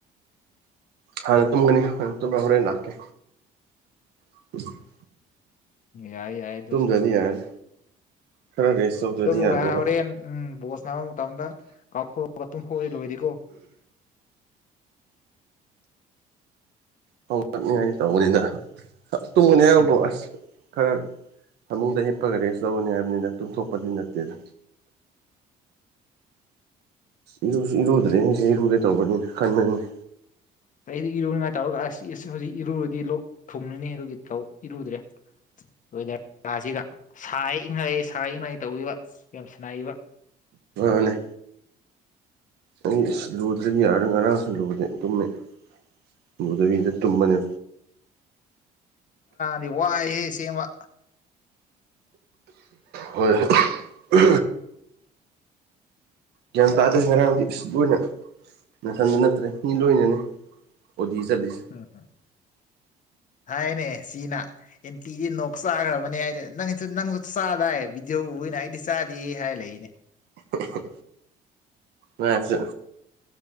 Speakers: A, on the right; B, on the left.
A: ꯍꯥꯟꯅ ꯇꯨꯝꯒꯅꯤ ꯍꯥꯟꯅ ꯇꯨꯝ ꯍꯣꯔꯦꯟ ꯂꯥꯛꯀꯦ <inaudible>
B: ꯌꯥꯏ ꯌꯥꯏ ꯑꯗꯨꯁꯨ
A: ꯇꯨꯝꯗ꯭ꯔꯥꯗꯤ ꯌꯥꯔꯅꯤ ꯈꯔꯥ ꯔꯦꯁ ꯇꯧꯗ꯭ꯔꯗꯤ
B: ꯑꯗꯨ
A: ꯌꯥꯗꯦꯕ
B: ꯍꯣꯔꯦꯟ ꯎꯝ ꯕꯣꯁ ꯅꯥꯕ ꯃꯇꯝꯗ ꯀꯥꯎꯊꯣꯛꯑꯒ ꯇꯨꯝꯐꯥꯎꯔꯤ ꯂꯣꯏꯔꯤꯀꯣ
A: ꯍ ꯆꯠꯅꯤꯡꯉꯥꯏꯗꯤꯦ ꯇꯧꯕꯅꯤꯗ ꯇꯨꯝꯒꯅꯤ ꯍꯥꯏꯕꯗꯣ
B: ꯎꯝ ꯎꯝ
A: ꯑꯁ ꯈꯔ ꯐꯃꯨꯡꯗ ꯍꯤꯞꯄꯒ ꯔꯦꯁ ꯇꯧꯒꯅꯤ ꯍꯥꯏꯕꯅꯤꯅ ꯇꯨꯡꯊꯣꯛꯄꯗꯤ ꯅꯠꯇꯦꯗ ꯏꯔꯁꯨ ꯏꯔꯨꯗ꯭ꯔꯦ ꯁꯤꯦ ꯏꯔꯨꯗꯦ ꯇꯧꯧꯕꯅꯤꯅ ꯀꯟꯃꯅꯤꯅꯤ
B: ꯀ ꯑꯩꯗꯤ ꯏꯔꯨꯅꯤꯉꯥꯏ ꯇꯧꯔꯒ ꯑꯁ ꯑꯁ ꯍꯧꯖꯤꯛ ꯏꯔꯨꯔꯗꯤ ꯂꯣꯛ ꯊꯨꯡꯅꯤꯅꯤ ꯑꯗꯨꯒꯤ ꯏꯔꯨꯗ꯭ꯔꯦ ꯂꯣꯏꯗꯥꯁꯤꯒ ꯁꯥꯦꯛ ꯏꯪꯉꯛꯦ ꯁꯥ ꯏꯪꯉꯩ ꯇꯧꯕꯤꯕ ꯌꯥꯝ ꯁꯅꯥꯏꯕ
A: ꯑꯅꯦ ꯑꯩꯁ ꯂꯨꯗ꯭ꯔꯗꯒꯤ ꯌꯥꯔ ꯉꯔꯥꯡꯁꯨ ꯂꯨꯗꯦ ꯇꯨꯝꯃꯦ ꯃꯕꯨꯗꯕꯤꯗ ꯇꯨꯃꯅꯤ
B: ꯗꯤ ꯋꯥ ꯍꯥꯏ ꯁꯃ
A: ꯍꯣꯏ ꯎ ꯖꯟꯇꯥꯗꯁꯨ ꯉꯔꯗꯤꯕꯨꯅ ꯅꯥꯊꯟꯗ ꯅꯠꯇ꯭ꯔꯦ ꯃꯤ ꯂꯣꯏꯅꯅꯦ ꯑꯣꯗꯤ ꯆꯠꯂꯤꯁꯦ
B: ꯎꯝꯝ ꯍꯥꯏꯅꯦ ꯁꯤꯅꯥ ꯑꯦꯟꯇꯤꯗꯤ ꯅꯣꯛ ꯆꯥꯈ꯭ꯔꯕꯅꯦ ꯍꯥꯏꯗꯤ ꯅꯪꯁꯨ ꯅꯪꯁꯨ ꯆꯥꯗꯥꯏ ꯚꯤꯗꯤꯑꯣ ꯑꯣꯏꯅ ꯑꯩꯗꯤ ꯆꯥꯗꯦ ꯍꯥꯏꯔ ꯂꯩꯛꯏꯅꯦ
A: ꯍ ꯃꯥꯁ